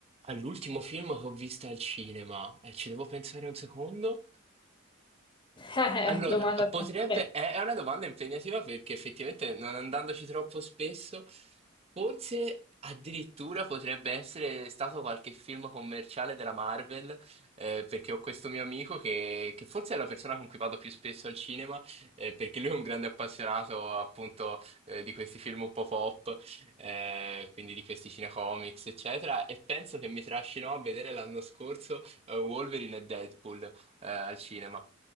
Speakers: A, on the right; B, on the left.
A: All'ultimo film che ho visto al cinema, e ci devo pensare un secondo,
B: <laughs> Eh, eh,
A: Allora,
B: domanda troppo.
A: potrebbe,
B: Ok.
A: è è una domanda impegnativa perché effettivamente non andandoci troppo spesso, forse addirittura potrebbe essere stato qualche film commerciale della Marvel, eh, perché ho questo mio amico che, che forse è la persona con cui vado più spesso al cinema, eh, perché lui è un grande appassionato appunto eh, di questi film un po' pop, eh, quindi di questi cinecomics, eccetera, e penso che mi trascinò a vedere l'anno scorso eh, Wolverine e Deadpool eh, al cinema.